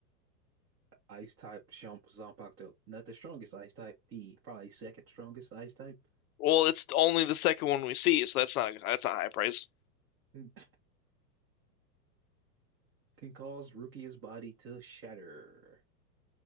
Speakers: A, on the right; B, on the left.
A: ice type Shump Zanpakuto. Not the strongest ice type, the probably second strongest ice type,
B: Well, it's only the second one we see, so that's not that's not high price.
A: can, cause Rukia's body to shatter.